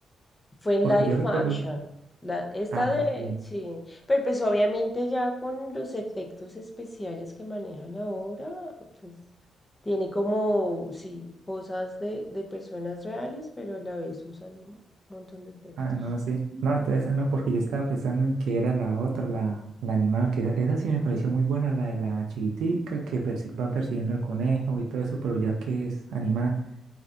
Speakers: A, on the left (about 20°); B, on the right (about 85°).
A: Fue en
B: porque
A: live
B: yo recuerdo,
A: action. La, esta
B: ah,
A: de,
B: sí.
A: sí, pero pues obviamente ya con los efectos especiales que manejan ahora, pues tiene como, sí, cosas de, de personas reales, pero a la vez usan un montón de efectos.
B: Ah, no, sí. No, entonces esa no, porque yo estaba pensando en que era la otra, la, la animada, que esa, esa sí me pareció muy buena, la de la chiquitica que persi- va persiguiendo al conejo y todo eso, pero ya que es animada,